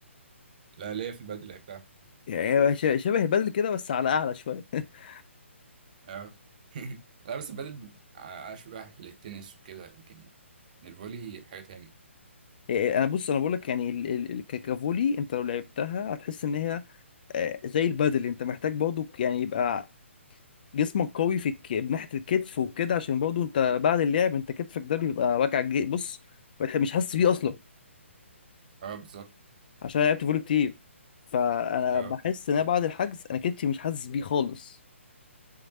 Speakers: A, on the right (about 35°); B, on the left (about 40°).
A: لا ليا في البدل بتاع
B: يعني هو ش- شبه البادل كده بس على اعلى شويه <laughs>
A: أه <laughs> لا بس البدل ع- أشبه للتنس وكده لكن الفولي حاجة تانية
B: يعني انا بص انا بقول لك يعني ال- ال- ال- ككافولي انت لو لعبتها هتحس ان هي آه، زي البادل انت محتاج برضه يعني يبقى جسمك قوي في الك... ناحيه الكتف وكده عشان برضه انت بعد اللعب انت كتفك ده بيبقى وجع جي- بص مش حاسس بيه اصلا
A: أه بالظبط
B: عشان أنا لعبت فولي كتير فانا
A: أه
B: بحس ان أنا بعد الحجز انا كتفي مش حاسس بيه خالص